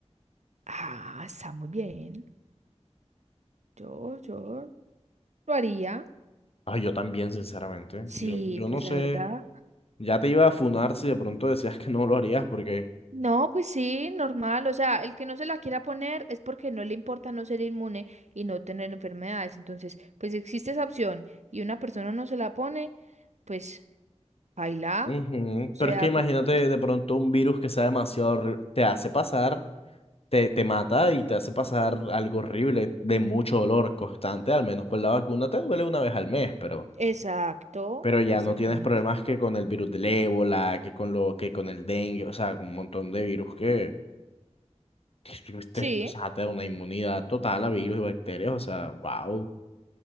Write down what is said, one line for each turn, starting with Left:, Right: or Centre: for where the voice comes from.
Right: Ah, está muy bien. Yo, yo lo haría.
Left: Ah, yo también, sinceramente.
Right: Sí,
Left: Yo, yo
Right: pues
Left: no sé,
Right: la verdad.
Left: ya te iba a funar si de pronto decías que no lo harías porque...
Right: No, pues sí, normal. O sea, el que no se la quiera poner es porque no le importa no ser inmune y no tener enfermedades. Entonces, pues existe esa opción y una persona no se la pone, pues baila.
Left: ujú,
Right: O sea,
Left: Pero es que imagínate
Right: por... es-
Left: de pronto un virus que sea demasiado horri- te hace pasar. te, te mata y te hace pasar algo horrible de mucho dolor constante, al menos por la vacuna te duele una vez al mes, pero,
Right: Exacto,
Left: pero ya
Right: exactamente.
Left: no tienes problemas que con el virus del ébola, que con lo, que con el dengue, o sea, con un montón de virus que que te,
Right: Sí,
Left: o sea, te da una inmunidad total a virus y bacterias, o sea, wow,